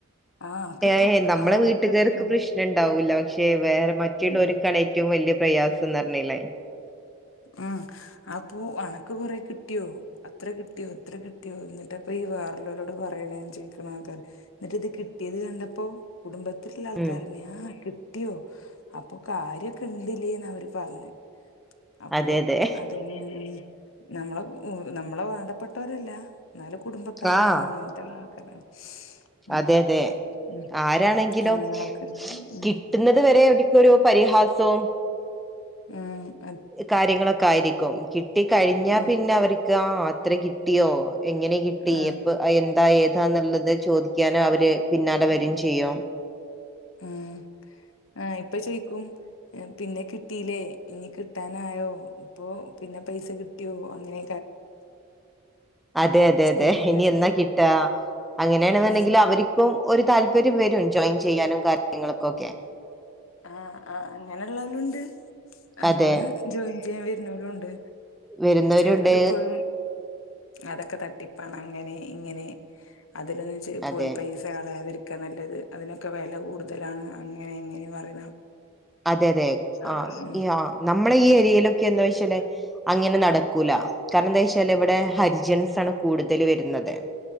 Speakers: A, on the left; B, in the centre.
A: ആ അനക്കിപ്പോ
B: ഏ നമ്മളെ
A: കൊറേ
B: വീട്ടുകാർക്ക്
A: കിട്ടും
B: പ്രശ്നം ഉണ്ടാവൂല്ല പക്ഷേ വേറെ മറ്റുള്ളവർക്കാണ്
A: ഉം
B: ഏറ്റവും വലിയ പ്രയാസം സം ന്നർഞ്ഞിലേ
A: ആ അപ്പൊ അണക്ക് കൊറെ കിട്ടിയോ അത്ര കിട്ടിയോ ഇത്ര കിട്ടിയോ എന്നിട്ട്പ്പ ഈ വേറള്ളോ ലോട് പറയണ ചോദിക്കണ ആൾക്കാർ എന്നിട്ട് ഇത് കിട്ടിയത് കണ്ടപ്പോ കുടുംബ ത്ത്ള്ള ആൾക്കാരന്നെ
B: ഉം
A: ആ കി കിട്ടിയോ അപ്പൊ കാര്യ ഒക്കെ ഇണ്ട്ല്ലേന്ന് അവര് പറഞ്ഞ് അപ്പൊ
B: അതെ അതെ
A: അതന്നെയ നമ്മളെ നമ്മളെ വാണ്ടപ്പെട്ടവരല്ല എന്നാല കുടുംബക്കാരാണ്
B: ആഹ്
A: അങ്ങനത്തെ ആൾക്കാര ഉ
B: അതെ അതെ
A: ഉ
B: ആരാണെങ്കിലും
A: അങ്ങെനെ ആൾക്കാരാണ് ഉ
B: കിട്ടുന്നത് വരെ അവർക്കൊരു പരിഹാസവും
A: ആഹ
B: കാര്യങ്ങളൊക്കെ <inaudible> ക്കും കിട്ടി കഴിഞ്ഞാ
A: ഉം
B: പിന്നെ അവർക്ക് അത്ര കിട്ടിയോ എങ്ങനെ കിട്ടി
A: ആഹ്
B: അപ്പൊ എന്തായി തന്നുള്ളത് ചോദിക്കാന് അവര് പിന്നാലെ വരികയും ചെയ്യും
A: ഉം ആ ഇപ്പൊ ചോയി ക്കും പിന്നെ കിട്ടില്ലേ ഇനി കിട്ടാനായോ ഇപ്പോ പിന്നെ പൈസ കിട്ടിയോ അങ്ങനെ
B: അതെ അതെ അതെ
A: നമ്മക്ക്
B: ഇനി എന്നാ കിട്ട അങ്ങനെയാണെന്നുണ്ടെങ്കിൽ
A: ഉം
B: അവർക്കും ഒരു താല്പര്യം വരും ജോയിൻ ചെയ്യാനും കാര്യങ്ങൾക്കൊക്കെ
A: ആ ആ അങ്ങനെള്ളാവരും ഉണ്ട് അങ്ങനെ
B: അതെ
A: ജോയിൻ ചെയ്യാൻ വര- ന്നോരുംഉണ്ട്
B: വരുന്നവരുണ്ട്
A: ചെലോര് ഇപ്പോഴും അതൊക്കെ തട്ടിപ്പാണ് അങ്ങനെ ഇങ്ങനെ അതിലൊന്ന്
B: അതെ
A: പോയി പൈസ കളയാതിരി- ഒക്കെ നല്ലത് അതിനൊക്കെ വില കൂടുതലാണ് അങ്ങനെ എങ്ങനെ പറയും
B: അതെ അതെ
A: ആഹ്
B: ആ ആ നമ്മളെ ഈ ഏരിയയിലും എന്താ വെച്ചാല് അങ്ങനെ നടക്കൂല കാരണം എന്താ വെച്ചാല് ഇവിടെ ഹരിജൻസ് ആണ് കൂടുതൽ വരുന്നത്